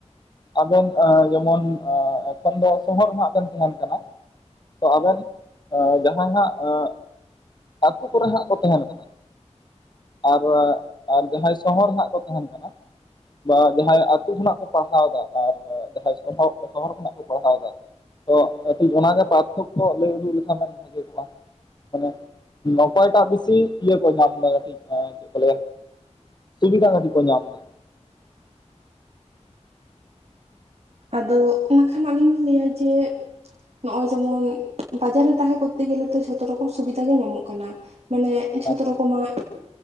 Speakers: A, on the left; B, on the right.
A: ᱟᱵᱮᱱ ᱟᱻ ᱡᱮᱢᱚᱱ ᱟᱻ ᱮᱠᱷᱚᱱ ᱫᱚ ᱥᱚᱦᱚᱨ ᱨᱮ ᱦᱟᱸᱜ ᱵᱮᱱ ᱛᱟᱦᱮᱱ ᱠᱟᱱᱟ᱾ ᱛᱚ ᱟᱵᱮᱱ ᱡᱟᱦᱟᱸᱭ ᱦᱟᱸᱜ ᱟᱹᱛᱩ ᱠᱚᱨᱮ ᱦᱟᱸᱜ ᱠᱚ ᱛᱟᱦᱮᱱ ᱠᱟᱱᱟ᱾ ᱟᱨ ᱟᱨ ᱡᱟᱦᱟᱸᱭ ᱥᱚᱦᱚᱨ ᱨᱮ ᱦᱟᱸᱜ ᱠᱚ ᱛᱟᱦᱮᱱ ᱠᱟᱱᱟ᱾ ᱵᱟ ᱡᱟᱦᱟᱸᱟᱭ ᱟᱛᱳ ᱠᱷᱚᱱᱟᱜ ᱠᱚ ᱯᱟᱲᱦᱟᱣ ᱫᱟ ᱟᱨ ᱡᱟᱦᱟᱸᱭ ᱥᱚᱦᱚᱨ ᱥᱚᱦᱚᱨ ᱠᱷᱚᱱᱟᱜ ᱠᱚ ᱯᱟᱲᱦᱟᱣ ᱫᱟ᱾ ᱛᱚ ᱠᱟᱹᱴᱤᱜ ᱟᱱᱟᱜᱮ ᱵᱟᱨᱛᱷᱚᱠᱠᱚ ᱞᱟᱹᱭ ᱩᱰᱩᱠ ᱞᱮᱠᱷᱟᱱ ᱵᱷᱟᱜᱮ ᱠᱚᱜᱼᱟ ᱢᱟᱱᱮ᱾ ᱚᱠᱚᱭᱴᱟᱜ ᱵᱮᱥᱤ ᱤᱭᱟᱹ ᱠᱚ ᱧᱟᱢ ᱫᱟ᱾ ᱠᱟᱹᱴᱤᱡ ᱪᱮᱫ ᱠᱚ ᱞᱟᱹᱭᱟ? ᱥᱩᱵᱤᱫᱷᱟ ᱠᱟᱹᱴᱤᱡ ᱠᱚ ᱧᱟᱢ ᱮᱫᱟ᱾
B: ᱟᱫᱚ ᱚᱱᱟ ᱠᱷᱟᱱ ᱟᱹᱞᱤᱧ ᱞᱤᱧ ᱞᱟᱹᱭᱟ ᱡᱮ ᱱᱚᱜ ᱚᱚᱭ ᱡᱮᱢᱚᱱ ᱵᱟᱡᱟᱨ ᱨᱮ ᱛᱟᱦᱮᱸ ᱠᱚᱨᱛᱮ ᱜᱮᱞᱮ ᱛᱚ ᱡᱷᱚᱛᱚ ᱨᱚᱠᱚᱢ ᱥᱩᱵᱤᱫᱷᱟ ᱜᱮ ᱧᱟᱢᱚᱜ ᱠᱟᱱᱟ᱾ ᱢᱟᱱᱮ ᱡᱷᱚᱛᱚ
A: ᱦᱮᱸ ᱦᱮᱸ
B: ᱨᱚᱠᱚᱢ ᱢᱟᱜ᱾